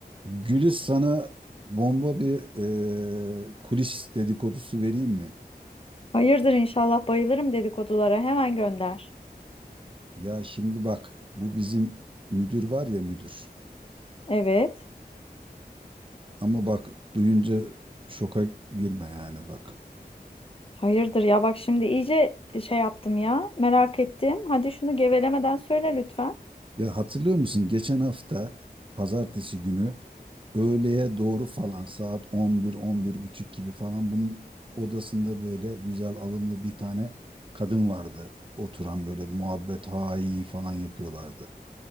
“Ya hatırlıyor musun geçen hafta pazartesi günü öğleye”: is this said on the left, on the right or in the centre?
Right